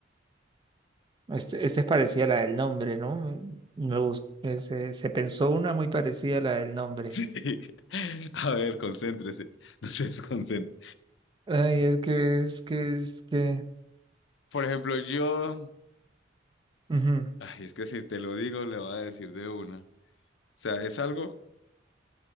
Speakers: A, on the right (about 25°); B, on the left (about 75°).
A: Este, este es parecida a la del nombre, ¿no? Me bus- eh, se, se pensó una muy parecida a la del nombre.
B: Sí. A ver, concéntrese. <laughs> No se desconcentre.
A: Ay, es que, es que, es que.
B: Por ejemplo, yo,
A: ujú.
B: ay, es que si te lo digo, le voy a decir de una. O sea, es algo